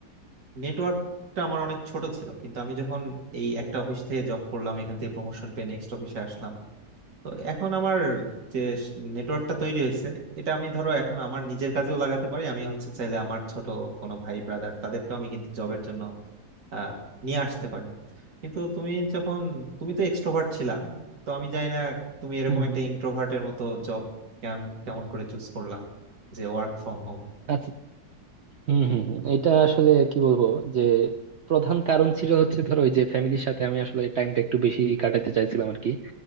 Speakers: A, on the right; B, on the right.
A: নেটওয়ার্কটা আমার অনেক ছোট ছিল কিন্তু আমি যখন এই একটা অফিস থেকে জব করলাম এখান থেকে প্রমোশন পেয়ে নেক্সট অফিসে আসলাম তো এখন আমার যে নেটওয়ার্কটা তৈরি হয়েছে এটা আমি ধরো এখন আমার নিজের কাজেও লাগাতে পারি আমি হচ্ছে চাইলে আমার ছোট কোনো ভাই ব্রাদার তাদেরকেও আমি কিন্তু জবের জন্য আহ, নিয়ে আসতে পারি কিন্তু তুমি যখন তুমি তো এক্সট্রোভার্ট ছিলা তো আমি জানি না তুমি এরকম
B: হুম হুম।
A: একটা ইন্ট্রোভার্টের মতো জব কেমন করে চুজ করলা যে ওয়ার্ক ফ্রম হোম
B: আচ্ছা হম হম হম এটা আসলে কি বলবো যে প্রধান কারণ ছিল হচ্ছে ধরো ওই যে ফ্যামিলির সাথে আমি আসলে টাইমটা একটু বেশি কাটাতে চাইছিলাম আর কি